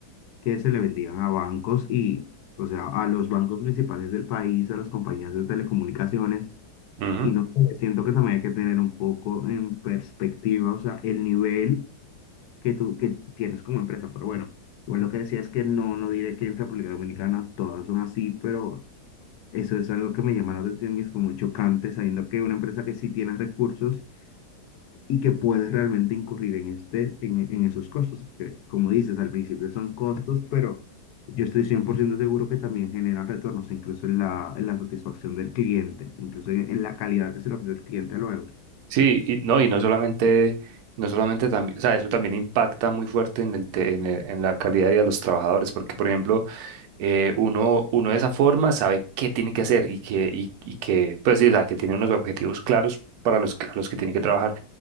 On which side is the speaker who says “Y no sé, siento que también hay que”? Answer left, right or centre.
Left